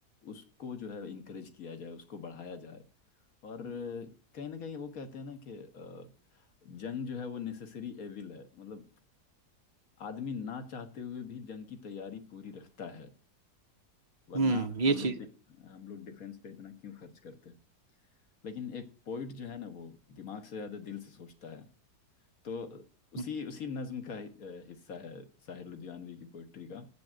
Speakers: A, on the left; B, on the right.
A: उसको जो है इनक्रेज किया जाए उसको बढ़ाया जाए और कहीं ना कहीं वो कहते हैं ना कि अ, जंग जो है वो नेसेसरी एविल है मतलब आदमी ना चाहते हुए भी जंग की तैयारी पूरी रखता है वरना
B: हम्म ये
A: हम
B: चीज
A: लोग डि, हम लोग डिफेंस पे इतना क्यों खर्च करते हैं लेकिन एक पोइट जो है ना वो दिमाग से ज्यादा दिल से सोचता है तो उसी
B: है
A: उसी नज्म का ही, अ, हिस्सा है साहिर लुधियानवी की पोइट्री का